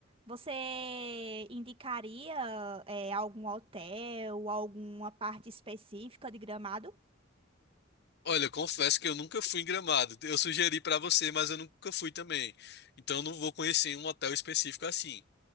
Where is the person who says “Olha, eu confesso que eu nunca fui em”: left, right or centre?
Left